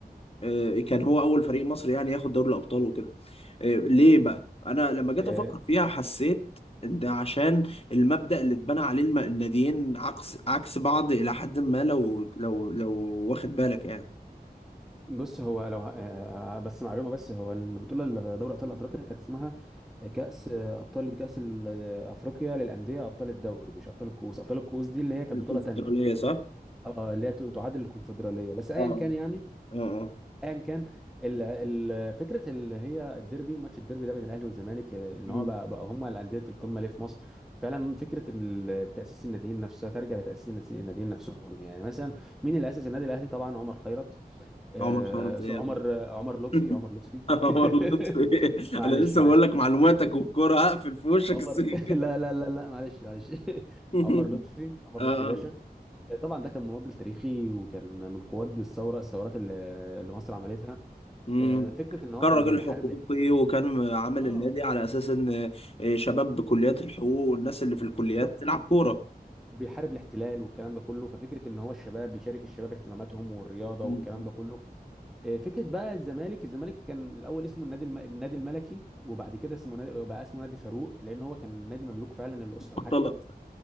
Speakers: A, on the left; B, in the centre.
A: آه، كان هو اول فريق مصري يعني ياخد دوري الابطال وكده آه، ليه بقى انا لما جيت
B: آه،
A: افكر فيها حسيت ان ده عشان المبدأ اللي اتبنى عليه الم- الناديين عكس عكس بعض الى حد ما لو لو لو واخد بالك يعني
B: بص هو لو آه، بس معلومه بس هو البطوله اللي دوري ابطال افريقيا كانت اسمها كاس آه، ابطال كاس ال- آه، افريقيا للانديه ابطال الدوري مش ابطال الكؤوس ابطال الكؤوس دي اللي هي كانت
A: الكونفدرالية
B: بطوله تانيه
A: صح
B: اه اللي هي تعادل الكونفدراليه بس ايا
A: اه
B: كان يعني
A: اه اه
B: ايا كان ال- ال- فكره اللي هي الديربي ماتش الديربي ده بين الاهلي والزمالك آه، ان
A: مم.
B: هو بقى, بقى هم الانديه القمه ليه في مصر فعلا فكره ان تاسيس الناديين نفسها ترجع لتاسيس الناس- الناديين نفسهم يعني مثلا مين اللي اسس النادي الاهلي طبعا عمر خيرت آه
A: عمر خيرت
B: سو-
A: ايه يا ابني
B: عمر آه، عمر لطفي
A: <laughs>
B: عمر لطفي
A: عمر
B: <laughs>
A: لطفي إيه؟
B: معلش
A: انا لسه
B: معلش
A: بقول لك معلوماتك والكوره هقفل في وشك
B: عمر
A: السكه
B: <laughs> لا لا لا لا معلش معلش <laughs>
A: <laughs>
B: عمر لطفي عمر
A: اه
B: لطفي باشا آه، طبعا ده كان مناضل تاريخي وكان من قواد الثوره الثورات اللي اللي مصر عملتها
A: مم.
B: آه، فكره ان هو
A: كان
B: كان
A: راجل
B: بيحارب
A: حقوقي
B: الاح-
A: وكان عامل
B: اه
A: النادي على اساس ان شباب بكليات الحقوق والناس اللي في الكليات
B: بالظبط
A: تلعب كوره
B: وبيحارب الاحتلال والكلام ده كله ففكره ان هو الشباب بيشارك الشباب اهتماماتهم والرياضه
A: مم.
B: والكلام ده كله آه، فكره بقى الزمالك الزمالك كان الاول اسمه النادي الم... النادي الملكي وبعد كده اسمه نادي... بقى اسمه نادي فاروق لان هو كان نادي مملوك فعلا للاسره الحاكمه
A: اختلط